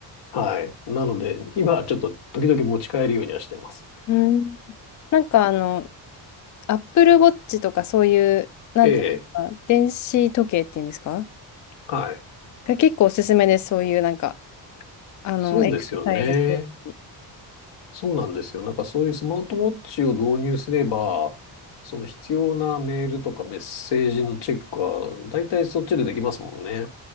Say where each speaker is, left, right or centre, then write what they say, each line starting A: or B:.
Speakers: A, on the left; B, on the left.
A: はい。なので、今はちょっと時々持ち帰るようにはしてます。
B: うん。なんかあの、Apple Watch とかそういう、なんていうんですか電子時計っていうんですか
A: ええ。はい。
B: が結構おすすめです。そういうなんか、あの、
A: そうですよね。
B: エクササイズするし。
A: そうなんですよ。なんかそういうスマートウォッチを導入すれば、その必要なメールとかメッセージのチェックは、だいたいそっちでできますもんね。